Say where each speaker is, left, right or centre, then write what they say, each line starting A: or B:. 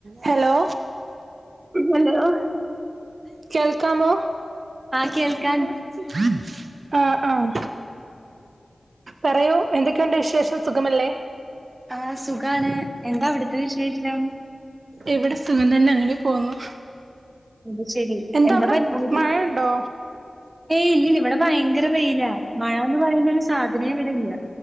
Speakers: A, on the right; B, on the right.
A: ഹലോ
B: ഹലോ
A: കേൾക്കാമോ?
B: ആഹ് കേൾക്ക
A: ആഹ് ആഹ് പറയൂ എന്തൊക്കെയുണ്ട് വിശേഷം സുഖമല്ലേ?
B: ആഹ് സുഖാണ് എന്താവിടുത്തെ വിശേഷം?
A: എവിടെ സുഖം തന്നെ അങ്ങനെ പോന്നു.
B: അത് ശരി
A: എന്താ അവിടെ
B: പരിപാടി
A: മഴയുണ്ടോ?
B: ഏയ് ഇല്ലില്ല ഇവിടെ ഭയങ്കര വെയിലാ. മഴന്ന് പറയുന്ന ഒരു സാധനയ ഇവിടെ ഇല്ല